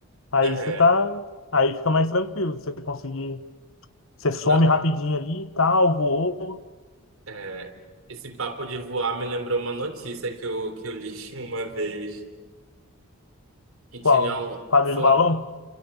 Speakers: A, on the left; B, on the right.
A: aí
B: É.
A: você tá... Aí fica mais tranquilo, você conseguir... Você some
B: Na-
A: rapidinho ali e tal, voou...
B: é. Esse papo de voar me lembrou uma notícia que eu, que eu li <laughs> uma vez. Quintilhão
A: Qual? Quadrilho
B: foi
A: do balão?
B: um.